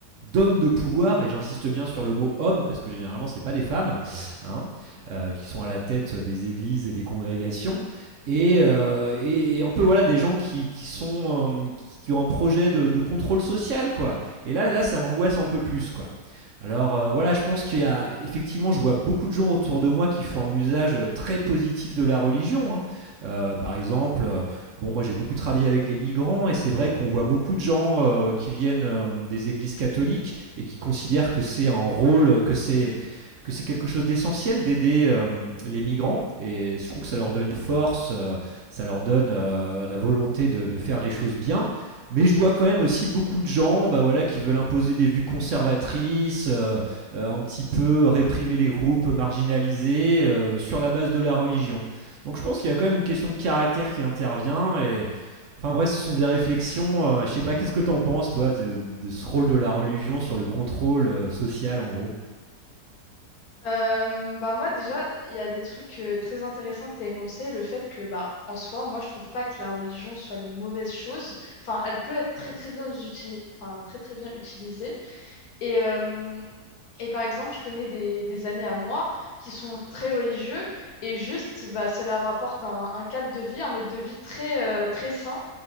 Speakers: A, on the right (about 60°); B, on the left (about 70°).
A: d'hommes de pouvoir, et j'insiste bien sur le mot homme, parce que généralement, ce n'est pas des femmes hein, euh, qui sont à la tête des églises et des congrégations. Et, euh, et- et un peu voilà des gens qui, qui sont euh, qui, qui ont un projet de, de contrôle social quoi. Et là là ça m'angoisse un peu plus quoi. Alors euh, voilà, je pense qu'il y a effectivement, je vois beaucoup de gens autour de moi qui font un usage euh, très positif de la religion. hein. Euh, par exemple, euh, bon, moi j'ai beaucoup travaillé avec les migrants et c'est vrai qu'on voit beaucoup de gens euh, qui viennent euh, des églises catholiques et qui considèrent que c'est un rôle, que c'est que c'est quelque chose d'essentiel d'aider euh, les migrants et je trouve que ça leur donne une force, euh, ça leur donne euh, la volonté de, de faire les choses bien mais je vois quand même aussi beaucoup de gens bah voilà, qui veulent imposer des vues conservatrices, euh, euh, un petit peu réprimer les groupes marginalisés euh, sur la base de la religion. Donc je pense qu'il y a quand même une question de caractère qui intervient. Et... Enfin bref, ce sont des réflexions. euh, je sais pas, qu'est-ce que t'en penses, toi, de, de ce rôle de la religion sur le contrôle euh, social, en gros
B: Euh, bah moi déjà, il y a des trucs euh, très intéressants que tu as énoncés, le fait que bah en soi, moi je trouve pas que la religion soit une mauvaise chose. Enfin, elle peut être très très bien uti- enfin très très bien utilisée. Et euh, Et par exemple, je connais des, des amis à moi qui sont très religieux et juste, bah, ça leur apporte un, un cadre de vie, un mode de vie très, euh, très sain.